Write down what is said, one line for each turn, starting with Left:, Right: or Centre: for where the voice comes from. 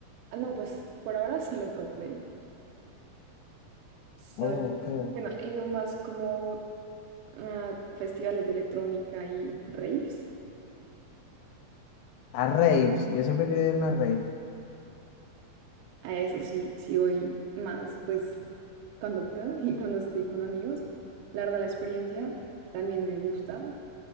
Right: ah, no, pues por ahora solo Coldplay. Solo.
Left: Oh, ok.
Right: Bueno, he ido más como a festivales de electrónica y raves.
Left: A raves, yo siempre quería ir a una rave.
Right: A eso sí, sí voy más, pues cuando puedo y cuando estoy con amigos. La verdad, la experiencia también me gusta.